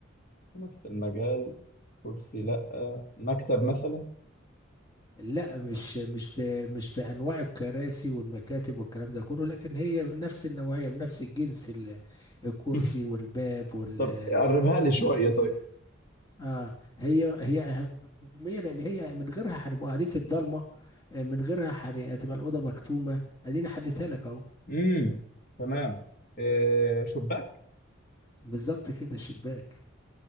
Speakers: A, on the left (about 45°); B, on the left (about 20°).
A: في نفس المجال كرسي لا مكتب مثلا
B: لا مش مش في مش في انواع الكراسي والمكاتب والكلام ده كله لكن هي بنفس النوعية بنفس الجنس ال- الكرسي
A: <laughs>
B: والباب وال
A: طب قربها لي شويه
B: والسرير
A: طيب
B: اه هي هي اهميه لان هي من غيرها هنبقى قاعدين في الضلمه آه، من غيرها هن- هتبقى الاوضه مكتومه اديني حلتها لك اهو
A: امم تمام إيه شباك
B: بالظبط كده الشباك